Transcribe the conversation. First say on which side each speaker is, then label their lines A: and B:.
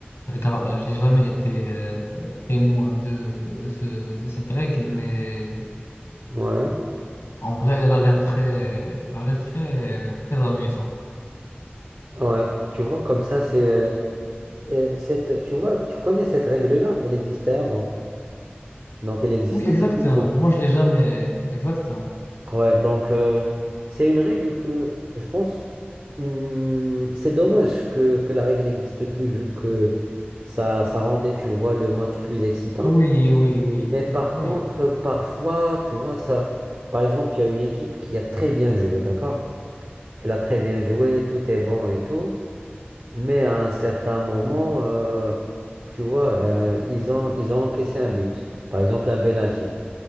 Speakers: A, on the left; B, on the right.
A: regard- je n'ai jamais été euh, témoin de, de, ce, de cette règle, mais
B: ouais,
A: en vrai, elle a l'air très, elle a l'air très, très amusante.
B: ouais. Tu vois, comme ça, c'est. euh, euh, cette, tu vois, tu connais cette règle-là, elle existait avant. Donc, elle existait
A: Oui, exactement.
B: dans le foot.
A: Moi, je l'ai jamais. Exactement.
B: Ouais, donc, euh, c'est une règle que je pense. hum, c'est dommage que, que la règle n'existe plus, vu que ça, ça rendait, tu vois, le match plus excitant.
A: Oui, oui, oui,
B: Mais par
A: oui.
B: contre, parfois, tu vois ça. Par exemple, il y a une équipe qui a très bien joué, d'accord? Elle a très bien joué, tout est bon et tout. Mais à un certain moment, euh, tu vois, euh, ils ont, ils ont encaissé un but. Par exemple, un penalty.